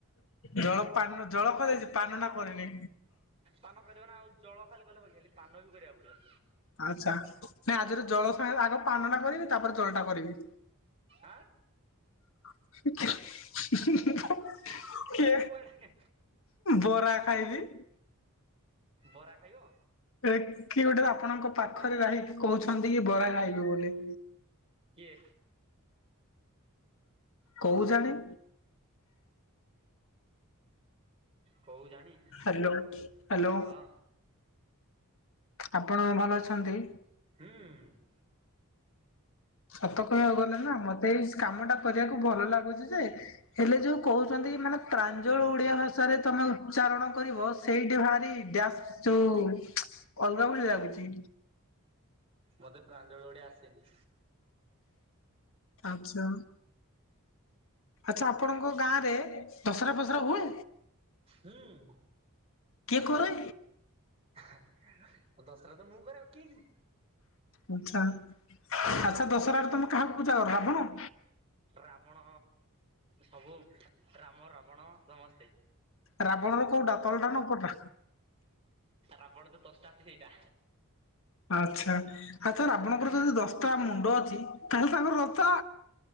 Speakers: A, on the left; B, on the right.
A: ଜଳ ପାନ୍ ଜଳକ ଦେଇଚ଼ି, ପାନଟା କରିନି।
B: ପାନ କରିବ ନା ଆଉ, ଜଳ ଖାଲି କଲେ ହବକି! ହେଲେ ପାନ ବି କରିଆକୁ ପଡିବ।
A: ଆଚ୍ଛା, ନାଇଁ ଆଜିର ଜଳ ସାଙ୍ଗରେ ଆଗ ପାନଟା କରିବି, ତା'ପରେ ଜଳଟା କରିବି।
B: ଆଁ?
A: <inaudible>
B: କୁହୁଁ
A: କେ
B: କୁହୁଁ ହେଲେ
A: ବରା ଖାଇବି।
B: ବରା ଖାଇବ?
A: ଏ କିଏ ଗୋଟେ ଆପଣଙ୍କ ପାଖରେ ଯାହିକି କହୁଚନ୍ତି ଇଏ ବରା ଖାଇବେ ବୋଲି।
B: କିଏ?
A: କୋଉଚନ୍ତି?
B: କୋଉ ଜାଣି
A: ହ୍ୟାଲୋ ହ୍ୟାଲୋ
B: ଅଃ।
A: ଆପଣ ଭଲ ଅଛନ୍ତି?
B: ହୁଁ।
A: ସତ କହିଆକୁ ଗଲେ ନା ମତେ ଏଇ କାମ ଟା କରିଆକୁ ଭଲ ଲାଗୁଚି ଯେ ହେଲେ ଯୋଉ କହୁଚ଼ନ୍ତି ମାନେ ପ୍ରାଞ୍ଜଳ ଓଡିଆ ଭାଷାରେ ତମେ ଉଚ୍ଚାରଣ କରିବ ସେ ସେଇଟି ଭାରି ଡ୍ୟାସ୍ ଯୋଉ ଅଲଗା ଭଳି ଲାଗୁଚ଼ି।
B: ମତେ ପ୍ରାଞ୍ଜଳ ଓଡିଆ ଆସେନି।
A: ଆଚା। ଆଚ୍ଛା ଆପଣଙ୍କ ଗାଁ ରେ ଦଶମରା ପସରା ହୁଏ?
B: ହୁଁ
A: କିଏ କରେ?
B: ଦଶରା ତ ମୁଁ କରେ ଆଉ କେ ମି।
A: ଆଚ୍ଛା ଆଚ୍ଛା ଦଶଅରାରେ ତମେ କାହାକୁ ପୂଜା କରରାବଣ?
B: ରାବଣ ସବୁ ରାମ, ରାବଣ ସମସ୍ତେ।
A: ରାବଣର କୋଉଟା ତଳଟା ନା ଉପରଟା?
B: ରାବଣ ତ ଦଶଟା ହେଇଟା।
A: ଆଛା ଆତ ରାବଣଙ୍କର ଯଦି ଦଶଟା ମୁଣ୍ଡ ଅଛି ତାହେଲେ ତାଙ୍କର ଦଶତା